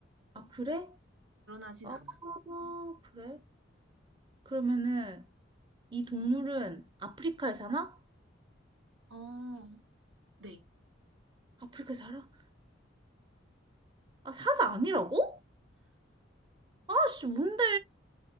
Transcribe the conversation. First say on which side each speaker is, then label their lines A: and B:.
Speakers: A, on the right; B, on the right.
A: 아, 그래?
B: 드러나진
A: 아,
B: 않아. 응.
A: 그래? 그러면은 이 동물은 아프리카에 사나?
B: 어, 네.
A: 아프리카에 살아? 아, 사자 아니라고? 아씨, 뭔데?